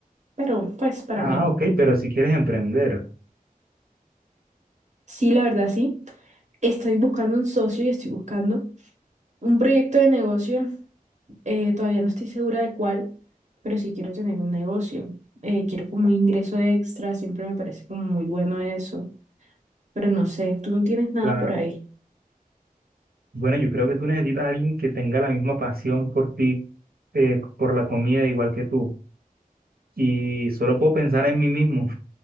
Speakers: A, on the right; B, on the right.
A: pero pues para
B: Ah,
A: mí.
B: ok, pero si quieres emprender.
A: Sí, la verdad sí. Estoy buscando un socio y estoy buscando un proyecto de negocio. eh, todavía no estoy segura de cuál, pero sí quiero tener un negocio. Eh, quiero como un ingreso extra, siempre me parece como muy bueno eso, pero no sé, tú no tienes nada
B: Claro.
A: por ahí.
B: Bueno, yo creo que tú necesitas a alguien que tenga la misma pasión por ti, eh, por la comida, igual que tú. Y solo puedo pensar en mí mismo.